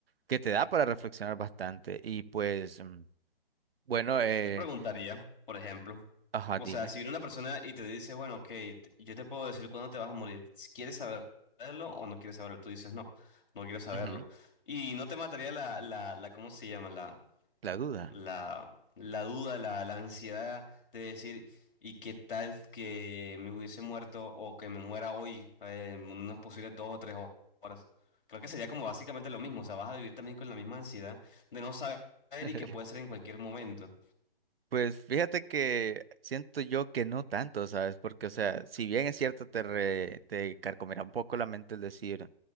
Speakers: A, on the right; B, on the left.
A: que te da para reflexionar bastante. Y pues, mm, bueno,
B: Aunque
A: eh,
B: sí te preguntaría, por ejemplo,
A: ajá,
B: o
A: dime.
B: sea, si viene una persona y te dice, bueno, ok, t- yo te puedo decir cuándo te vas a morir, si quieres saberlo o no quieres saberlo, tú dices, no, no quiero saberlo.
A: Ujú,
B: Y no te mataría la, la, la, ¿cómo se llama?
A: La duda.
B: la, la duda, la, la ansiedad de decir, ¿y qué tal que me hubiese muerto o que me muera hoy eh, en unos posibles dos o tres ho- horas? Creo que sería como básicamente lo mismo, o sea, vas a vivir también con la misma ansiedad de no saber
A: <laughs>
B: y que puede ser en cualquier momento.
A: Pues fíjate que siento yo que no tanto, ¿sabes? Porque, o sea, si bien es cierto, te, re- te carcomerá un poco la mente el decir